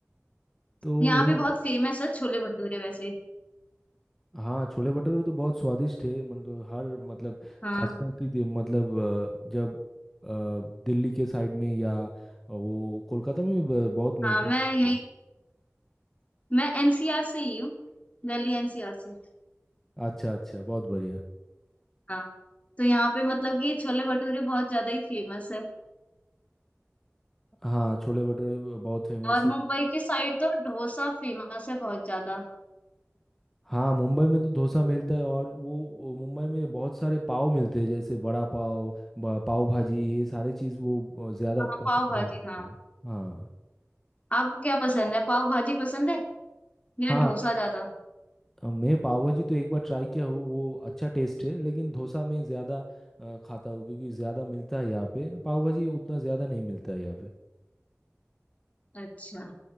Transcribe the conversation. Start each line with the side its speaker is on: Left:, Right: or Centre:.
Centre: तो
Left: यहाँ
Centre: यह
Left: पे बहुत फेमस है छोले भटूरे वैसे
Centre: हाँ छोले भटूरे तो बहुत स्वादिष्ट है मतलब हर मतलब
Left: हाँ
Centre: खासकर कि दे- मतलब अ, जब अ, दिल्ली के साइड में या वो कोलकाता में भी ब- बहुत मिलते
Left: हाँ मैं
Centre: हैं
Left: यही मैं एनसीआर से ही हूँ दिल्ली एनसीआर से
Centre: अच्छा अच्छा बहुत बढ़िया
Left: हाँ। तो यहाँ पे मतलब कि छोले भटूरे बहुत ज्यादा ही फेमस है
Centre: हाँ छोले भटूरे ब- बहुत फेमस
Left: और मुंबई
Centre: है
Left: की साइड तो डोसा फेमस है बहुत ज्यादा
Centre: हाँ मुंबई में तो डोसा मिलता है और वो वो मुंबई में बहुत सारे पाव मिलते हैं जैसे बड़ा पाव ब- पाव भाजी ये सारे चीज़ वो अ, ज़्यादा
Left: हाँ
Centre: पस-
Left: पाव
Centre: पसंद
Left: भाजी
Centre: करते
Left: हाँ
Centre: हैं हाँ
Left: आपको क्या पसंद है पाव भाजी पसंद है या
Centre: हाँ
Left: डोसा ज्यादा
Centre: अ, मैं पाव भाजी तो एक बार ट्राई किया हूँ वो अच्छा टेस्ट है लेकिन डोसा में ज़्यादा अ, खाता हूँ क्योंकि ज़्यादा मिलता है यहाँ पे पाव भाजी उतना ज़्यादा नहीं मिलता है यहाँ पे
Left: अच्छा